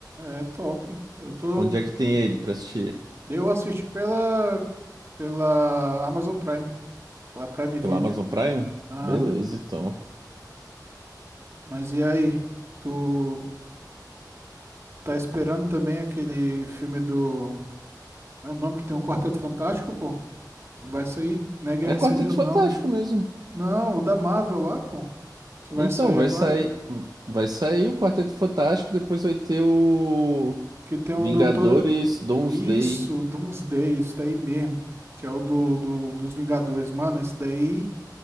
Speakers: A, on the right; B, on the right.
A: É top. Eu tô,
B: Onde é que tem ele pra assistir?
A: eu assisti pela pela Amazon Prime, pela Prime Video.
B: Pela Amazon Prime?
A: Aham.
B: Beleza, então.
A: Mas e aí? Tu Tá esperando também aquele filme do. É o nome que tem um Quarteto Fantástico, pô? Que vai sair, não é Guerra
B: É Quarteto
A: Civil, não.
B: Fantástico mesmo.
A: Não, o da Marvel lá, pô. Que vai
B: Então,
A: sair
B: vai
A: agora.
B: sair. Vai sair o Quarteto Fantástico, depois vai ter o.
A: Que tem o
B: Vingadores,
A: Doutor.
B: Doomsday.
A: Isso, Doomsday, isso daí mesmo. Que é o do, do, dos Vingadores. Mano, esse daí